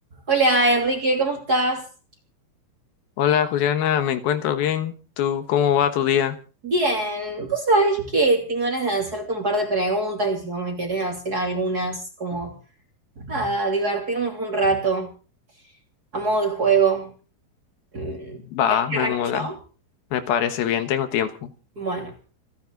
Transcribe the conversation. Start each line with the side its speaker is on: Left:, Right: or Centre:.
Right: Hola Enrique, ¿cómo estás?
Left: Hola Juliana, me encuentro bien. ¿Tú cómo va tu día?
Right: Bien, vos sabés que tengo ganas de hacerte un par de preguntas y si vos me querés hacer algunas, como nada, divertirnos un rato a modo de juego. Mm,
Left: Va,
Right: ¿Querés que
Left: me
Right: arranque
Left: mola,
Right: yo?
Left: me parece bien, tengo tiempo.
Right: Bueno,